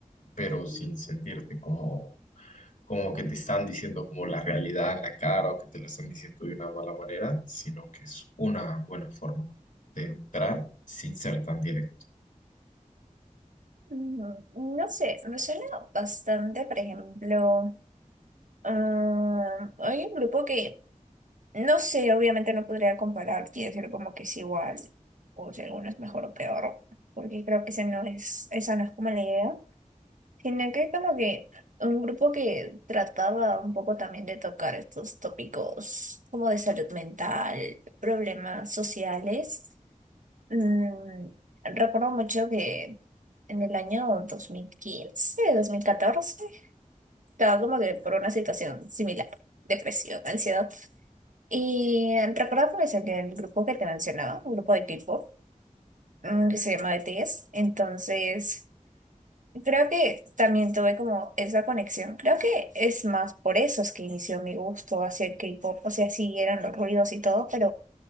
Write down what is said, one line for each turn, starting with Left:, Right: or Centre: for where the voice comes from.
Left: pero sin sentirte como como que te están diciendo como la realidad en la cara o que te lo están diciendo de una mala manera, sino que es una buena forma de entrar sin ser tan directo.
Right: Mm, No sé, me suena bastante, por ejemplo, ah, hay un grupo que, no sé, obviamente no podría comparar y decir como que es igual o si alguno es mejor o peor, porque creo que ese no es, esa no es como la idea. Sino que como que un grupo que trataba un poco también de tocar estos tópicos como de salud mental, problemas sociales. Mm, recuerdo mucho que en el año dos dos mil quince dos mil catorce estaba como que por una situación similar, depresión, ansiedad. Y recuerdo que me salió el grupo que te mencionaba, un grupo de equipo mm, que se llama BTS. Entonces... Creo que también tuve como esa conexión. Creo que es más por eso es que inició mi gusto hacia el K-pop. O sea, sí eran los ruidos y todo, pero